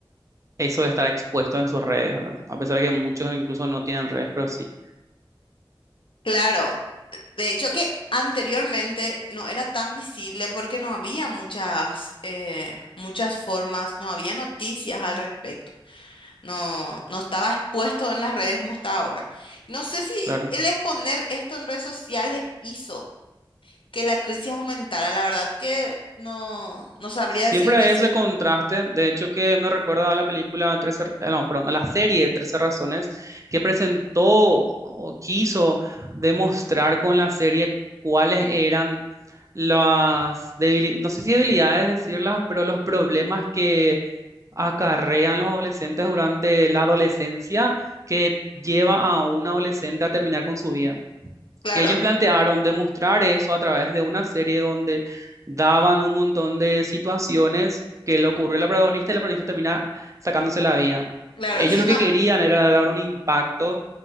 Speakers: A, on the right (about 35°); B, on the left (about 75°).
A: eso de estar expuesto en sus redes, ¿verdad? A pesar de que muchos incluso no tienen redes, pero sí,
B: Claro, de hecho que anteriormente no era tan visible porque no había muchas, eh, muchas formas, no había noticias al respecto. No, no estaba expuesto en las redes como está ahora. No sé si
A: claro.
B: el exponer esto en redes sociales hizo que la crisis aumentara. La verdad que no, no sabría
A: Siempre
B: decirte
A: hay
B: si
A: ese
B: fue...
A: contraste, de hecho que me recuerda a la película Trece, ra- eh, no, perdón, a la serie Trece razones que presentó o quiso demostrar con la serie cuáles eran las debilidades, no sé si debilidades decirlas, pero los problemas que acarrean los adolescentes durante la adolescencia que lleva a un adolescente a terminar con su vida.
B: Claro,
A: Ellos plantearon demostrar eso a través de una serie donde daban un montón de situaciones que le ocurrió a la protagonista y la protagonista termina sacándose la vida.
B: claro.
A: Ellos
B: Si
A: lo
B: mal,
A: que querían era dar un impacto